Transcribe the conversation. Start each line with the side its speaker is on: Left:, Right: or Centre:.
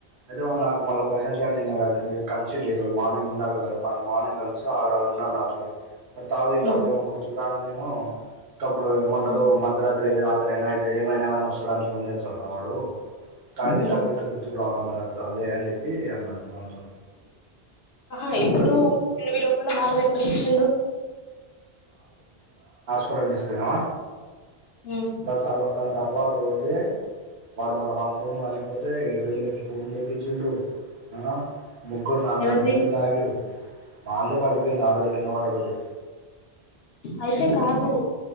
Right: అయితే నాకు మళ్ళీ ప్రశాంత్ గాడు నిన్న కలిసిండు ఈ రోజు మార్నింగ్ ఉందక మార్నింగ్ కలిసి ఆడ ఉన్నాడు నాతోని మార్ తాగి తినుటప్పుడు
Left: ఉమ్
Right: ఏమో గుర్తుకురాను నేను నో ఇంకపుడు ఏమంటారు
Left: ఉమ్
Right: మధ్యరాత్ర్ దే రాత్రి ఇది ఏమి అయినా కన్ వస్తుంది డానికి ఫోన్ చేస్తాడు రా వాడు తగి
Left: ఉమ్
Right: తింటేప్పుడుైతే గుర్తుకు రావాలి మరి అ అదే అని చెప్పి అనది వంతొని
Left: ఆహా ఎప్పుడు నిన్ను పిలవకుండా వాళ్ళని ఎట్ల పిలిచిండు
Right: పడల్ంది పైనవ
Left: ఉమ్
Right: దాంతర్వాత దాన్ తర్వాత రోజే వాడు మళ్ళా వన్ ఫోన్ వాలిగిపోతే ఏడు వేలు పెట్టి ఫోన్ చేయిచ్చిండు అ ముగ్గురు నాలుగు
Left: ఎవరిది
Right: నాలుగు బీరుదగిరు వల్దె పాడ్ పోయింది ఆ రోజే కింద పడ్డ రోజు
Left: అయితే కాదు